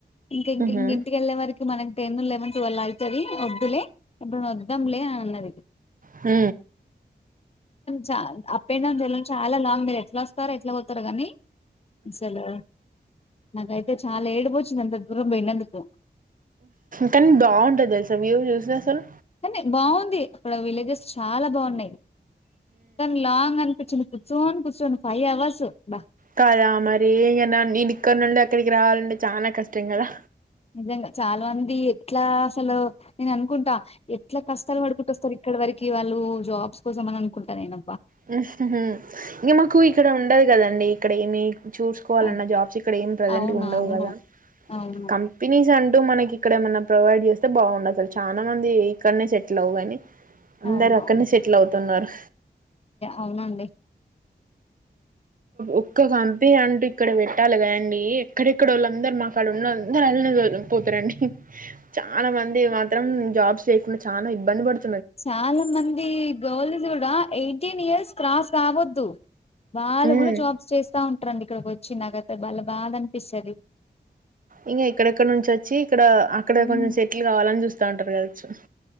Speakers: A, on the left (about 35°); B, on the right (about 50°).
A: ఇం ఇంక
B: ఉహు
A: ఇం ఇంటికెళ్లే వరకి మనకి టెన్త్ లెవెన్త్ ట్వల్ అవుతుంది, వద్దులే ఎప్పుడున్నా వాదం లే అన్నది.
B: హు
A: చా అప్ అండ్ డౌన్ చేయడం చాలా లాంగ్ మీరాజ్, ఎట్లా వస్తారో, ఎట్లా బోతారో కానీ అసలు నాకైతే చాలా ఏడుపోచ్చింద. అంత దూరం పోయినందుకు,
B: కానీ బాగుంటది అసలు వ్యూవ చూస్తే అసలు,
A: కానీ బాగుంది అక్కడ విలేజెస్ చాలా బాగున్నాయి. కానీ లాంగ్ అనిపించింది. కూచోని కూచోని ఫైయి అవర్స్ అబ్బా
B: కదా మరి నేను ఇక్కడి నుండి అక్కడికి రావాలంటే చాలా కష్టం కదా,
A: నిజంగా చాలా మంది ఎట్లా అసలు నేను అనుకుంటా, ఎట్లా కష్టాలు పడుకుంటుస్తారు, ఇక్కడ వరకి వాళ్ళు జాబ్, స్ కోసం అని అనుకుంటా, నేను
B: హు ఇంకా మాకు ఇక్కడ ఉండదు కదండి ఇక్కడ ఏమి చూ, పోవాలన్నా
A: అద్
B: జాబ్స్ ఇక్కడ ఏం ప్రసెంట్
A: అవును
B: గా ఉండవు
A: అవును
B: కదా
A: అవును
B: కంపెనీ, అంటూ మనకి ఇక్కడ ఏమైన్నా ప్రొవైడ్ చేస్తే బాగుండు, అసలు చాలా మంది ఇక్కడనే సెటిల్ అవ్వుకానీ, అందరు
A: అవునవును
B: అక్కడనే సెట్ల్ అవుతు, సున్నారు,
A: అవునండి
B: ఒక్క కంపెనీ అంటూ ఇక్కడ పెట్టాలి, కానీ ఎక్కడెక్కడ వొళ్ళు అందరు మాకాలేజ్లో ఉన్న అందరు అళ్ళనే పోతారండి. చాలా మంది మాత్రం జాబ్స్, చాలా ఇబ్బంది పడుంతు,
A: చాలా మంది గర్ల్స్ కూడా ఎయి ఫిఫ్టీన్ ఇయర్స్ క్రాస్ కావొద్దు, వాళ్ళు
B: ఉమ్
A: కూడా జాబ్స్ చేస్తా, ఉంటారండి ఇక్కడికి చి నాకైతే భలే బాధ అనిపిస్తది.
B: ఇంకా ఎక్కడెక్కడ నుంచి వచ్చి ఇక్కడ అక్కడ
A: ఎయి
B: కొంచెం సెటిల్ కావాలని చూస్త తండర్గావచు